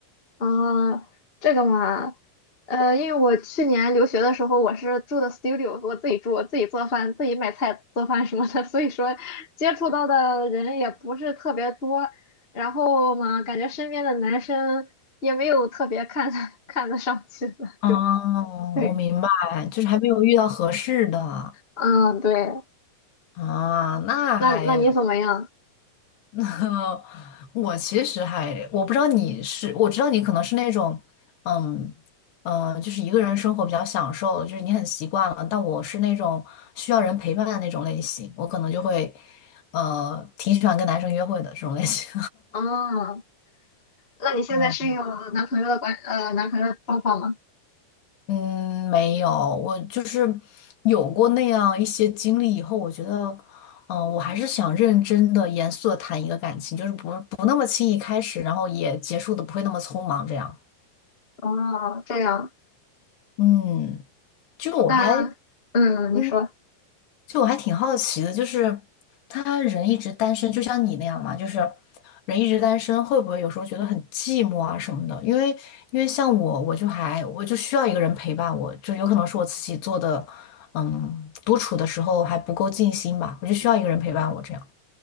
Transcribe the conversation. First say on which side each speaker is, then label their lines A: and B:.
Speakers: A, on the left (about 25°); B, on the left (about 70°).
A: 啊，这个嘛，呃，因为我去年留学的时候，我是住的 studio，我自己住，我自己做饭，自己买菜做饭什么的，<laughs> 所以说接触到的人也不是特别多。然后嘛，感觉身边的男生也没有特别看得 <laughs> 看得上去的，
B: 哦，
A: 就 <laughs> 对，
B: 我明白，就是还没有遇到合适的
A: 嗯，对。
B: 啊，那还，
A: 那那你怎么样？
B: <laughs> 那我其实还，我不知道你是，我知道你可能是那种，嗯嗯、呃就是一个人生活比较享受，就是你很习惯了，但我是那种需要人陪伴的那种类型，我可能就会，呃，挺喜欢跟男生约会的这种类型。
A: 哦，那你现在是有男朋友的关呃男朋友的状况吗？
B: <laughs> 嗯。嗯，没有，我就是有过那样一些经历以后，我觉得，嗯、我还是想认真的、严肃的谈一个感情，就是不不那么轻易开始，然后也结束的不会那么匆忙，这样。
A: 哦，这样，
B: 嗯，就我还
A: 那嗯，
B: 嗯
A: 你说。
B: 就我还挺好奇的，就是他人一直单身，就像你那样嘛，就是人一直单身，会不会有时候觉得很寂寞啊什么的？因为因为像我，我就还我就需要一个人陪伴我，就有可能是我自己做的，嗯，独处的时候还不够尽心吧，我就需要一个人陪伴我这样。